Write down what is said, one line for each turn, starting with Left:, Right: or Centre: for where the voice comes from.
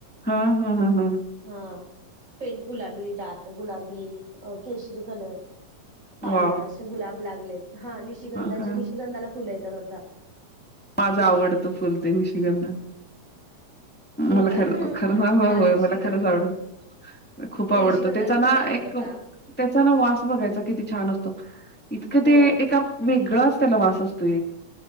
Centre: हा हा हा हा,
Right: हा फेंट गुलाबी, डार्क गुलाबी, केशरी कलर पांढरा
Centre: वॉव!
Right: असे गुलाब लागलेत हा निशिगंधाची
Centre: हां, हां.
Right: निशिगंधाला फुल येत्यात आता.
Centre: माझं आवडतं फुल ते निशिगंध.
Right: हो
Centre: मला
Right: का
Centre: खरं खरं हो हो
Right: हा
Centre: होय
Right: निशिग
Centre: मला खरंच आवड खूप आवडतो,
Right: निशिगंधाला
Centre: त्याचा ना
Right: फुलं आलेत
Centre: एक
Right: आता
Centre: त्याचा ना वास बघायचा किती छान असतो. इतकं
Right: हो
Centre: ते एका वेगळाच त्याला वास असतोय एक.